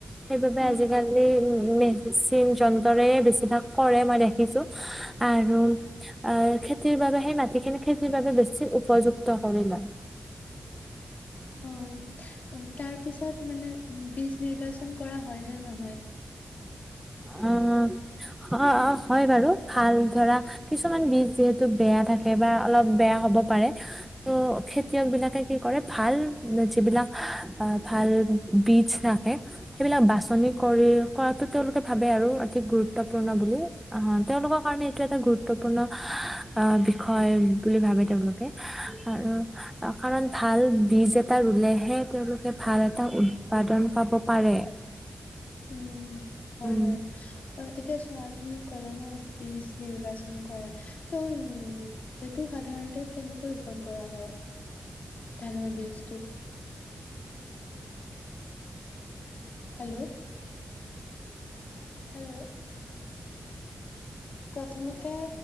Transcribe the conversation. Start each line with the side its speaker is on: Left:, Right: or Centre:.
Centre: সেইবাবে
Left: উম
Centre: আজিকালি উম মেচিন যন্ত্ৰৰে বেছিভাগ কৰে মানে। শিকিছো আৰু খেতিৰ বাবে সেই মাটিখিনি খেতিৰ বাবে উপযুক্ত কৰি লয়।
Left: উম। তাৰ পিছত মানে বীজ নিৰ্বাচন কৰা হয় নে নহয়?
Centre: অ'', হয় বাৰু, ভাল ধৰা কিছুমান বীজ যিহেতু বেয়া থাকে বা অলপ বেয়া হব পাৰে। ত' খেতিয়ক বিলাকে কি কৰে, ভাল যিবিলাক আহ ভাল বীজ থাকে, সেইবিলাক বাচনি কৰি কৰাটো তেওঁলোকে ভাবে আৰু, অতি গুৰুত্বপূৰ্ণ বুলি। অ', তেওঁলোকৰ কাৰণে এইটো এটা গুৰুত্বপূৰ্ণ অ', বিষয় বুলি ভাবে তেওঁলোকে আৰু কাৰণ ভাল বীজ এটা ৰুলেহে, তেওঁলোকে ভাল এটা উৎপাদন পাব পাৰে।
Left: উম হয়
Centre: উম
Left: বাৰু, অ', এতিয়া চোৱা, তুমি ক'লা ন বীজ নিৰ্বাচন কৰা ত' উ, সেইটো সাধাৰণতে কেনেকৈ ৰোপন কৰা হয়? ধানৰ বীজটো। Hello, hello. প্ৰথমতে,